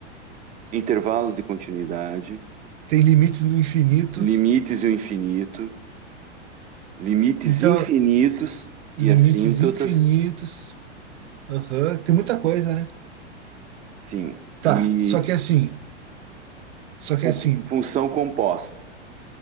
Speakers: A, on the right; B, on the right.
A: intervalos de continuidade,
B: Tem limites no infinito.
A: limites e o infinito, limites
B: Então,
A: infinitos
B: Limites
A: e assíntotas,
B: infinitos. Aham. Tem muita coisa, né?
A: sim,
B: Tá.
A: e
B: Só que é assim. Só que
A: fun-
B: é assim.
A: função composta.